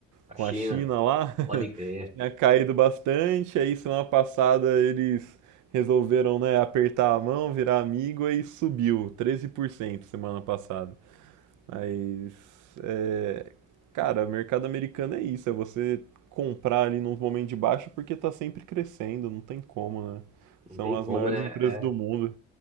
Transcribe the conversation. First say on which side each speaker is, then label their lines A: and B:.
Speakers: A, on the right (about 20°); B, on the right (about 80°).
A: A
B: com
A: China,
B: a China lá, <laughs>
A: pode crer.
B: tinha caído bastante, aí semana passada eles resolveram, né, apertar a mão, virar amigo, aí subiu 13% semana passada. Mas, é, cara, mercado americano é isso, é você comprar ali num momento de baixo porque tá sempre crescendo, não tem como, né?
A: Não
B: São
A: tem
B: as
A: como,
B: maiores
A: né?
B: empresas do
A: É,
B: mundo.